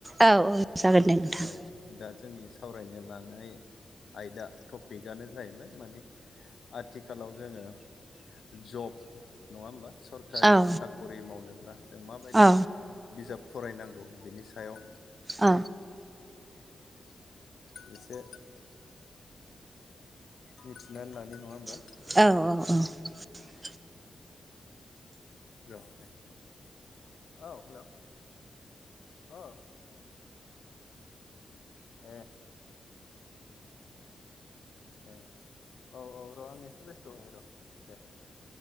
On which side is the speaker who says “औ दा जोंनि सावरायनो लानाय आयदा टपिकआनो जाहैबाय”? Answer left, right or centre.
Left